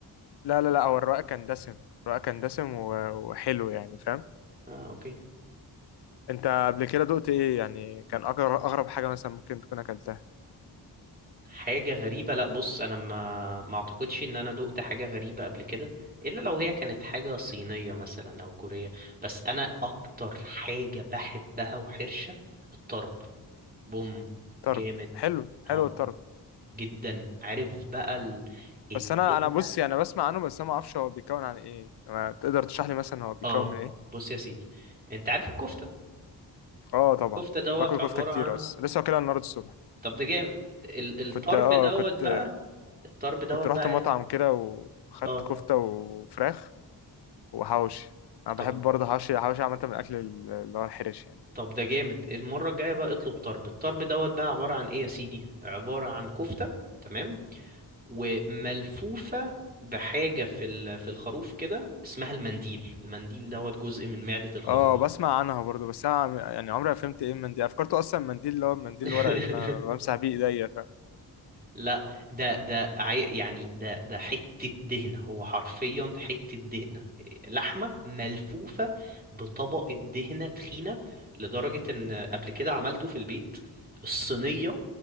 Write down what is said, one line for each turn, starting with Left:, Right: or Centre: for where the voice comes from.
Left: لا لا لا هو الرقاق كان دسم الرقاق كان دسم و- وحلو يعني فاهم
Right: اه اوكي
Left: انت قبل كده دقت ايه يعني كان اغرب اغرب حاجه مثلا ممكن تكون اكلتها
Right: حاجة غريبة لا بص انا ما ما اعتقدش ان انا دقت حاجة غريبة قبل كده الا لو هي كانت حاجة صينية مثلا او كورية بس انا اكتر حاجة بحبها وحرشة الطرب بوم
Left: طرب
Right: جامد
Left: حلو
Right: طرب
Left: حلو الطرب
Right: جدا عارف بقى ال- الدهنة
Left: بس انا انا بص يعني بسمع عنه بس انا ما اعرفش هو بيتكون عن ايه ما تقدر تشرح لي مثلا هو بيتكون
Right: اه
Left: من ايه
Right: بص يا سيدي انت عارف الكفتة
Left: اه طبعا
Right: الكفتة دوت
Left: باكل
Right: عبارة
Left: كفته كتير
Right: عن
Left: اصلا لسه واكلها النهارده الصبح
Right: طب ده جامد ال- الطرب
Left: كنت اه
Right: دوت
Left: كنت
Right: بقى الطرب دوت
Left: كنت رحت
Right: بقى
Left: مطعم
Right: ايه
Left: كده واخدت
Right: اه
Left: كفته وفراخ وحوشي انا
Right: طب
Left: بحب برضه حوشي حوشي عامه من الاكل اللي هو الحرش يعني.
Right: طب ده جامد المرة الجاية بقى اطلب طرب الطرب دوت بقى عبارة عن ايه يا سيدي عبارة عن كفتة تمام وملفوفة بحاجة في ال- في الخروف كده اسمها المنديل المنديل دوت جزء من معدة الخروف
Left: اه بسمع عنها برضو بس انا عم- يعني عمري ما فهمت ايه المنديل افكرته اصلا المنديل اللي هو المنديل
Right: <laughs>
Left: الورق اللي انا بمسح بيه ايديا ف...
Right: لا ده ده عي... يعني ده ده حتة دهنة هو حرفيا حتة دهنة لحمة ملفوفة بطبقة دهنة تخينة لدرجة ان قبل كده عملته في البيت الصينية